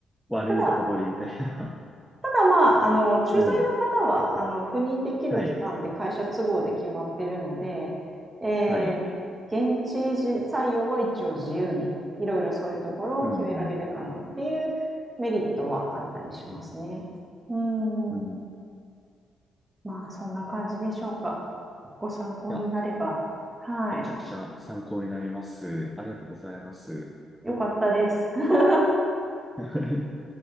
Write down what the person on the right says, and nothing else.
ただ、ただまあ、あの、駐在の方は、
あの、赴任できる期間って会社都合で決まっているので、
えー、
現地時採用は一応自由に、いろいろそういうところを決められるかなっていうメリットはあったりしますね。
うん。
まあ、そんな感じでしょうか。ご参考になれば。
はい。
よかったです。<laughs>